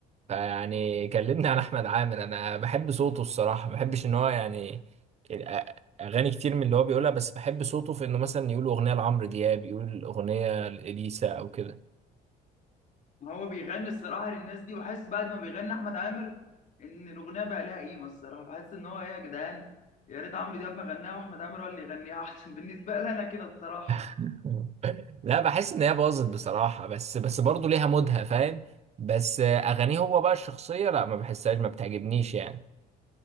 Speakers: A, on the right (about 40°); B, on the left (about 45°).
A: فيعني كلمني عن احمد عامر انا بحب صوته الصراحه ما بحبش ان هو يعني الأ- اغاني كتير من اللي هو بيقولها بس بحب صوته في انه مثلا يقول اغنيه لعمرو دياب يقول اغنيه لاليسا او كده
B: ما هو بيغني الصراحة للناس دي بحس بعد ما بيغني أحمد عامر إن الأغنية بقى لها قيمة الصراحة بحس إن هو إيه يا جدعان يا ريت عمرو دياب ما غناها وأحمد عامر هو اللي يغنيها أحسن <laughs> بالنسبة لي أنا كده الصراحة
A: <laughs> لا بحس ان هي باظت بصراحه بس بس برضه ليها مودها فاهم بس اغانيه هو بقى الشخصيه لا ما بحسهاش ما بتعجبنيش يعني